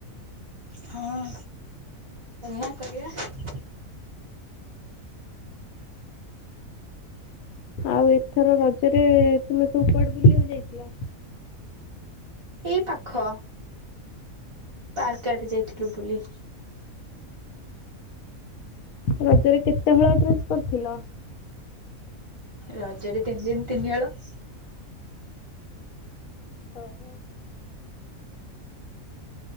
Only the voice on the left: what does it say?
ଆଉ ଏଥର ରଜରେ ତୁମେ ସବୁ କୁଆଡ଼େ ବୁଲିଆକୁ ଯାଇଥିଲ?
ରଜରେ କେତେ ହଳ ଡ୍ରେସ୍ କରିଥିଲ?
ଓହ